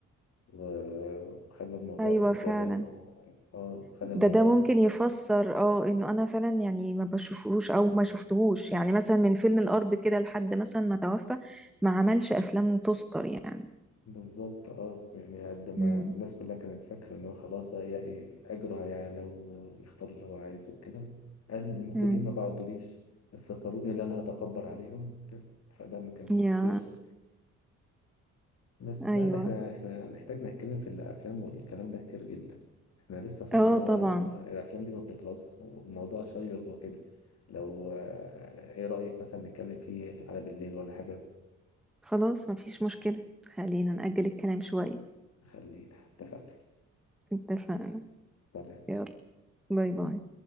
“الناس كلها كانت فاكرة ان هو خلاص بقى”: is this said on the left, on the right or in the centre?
Left